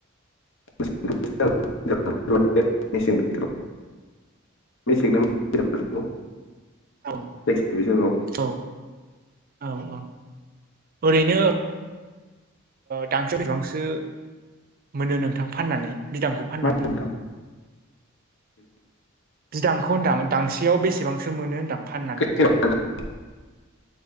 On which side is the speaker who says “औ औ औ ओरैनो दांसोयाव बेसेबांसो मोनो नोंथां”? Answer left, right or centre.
Right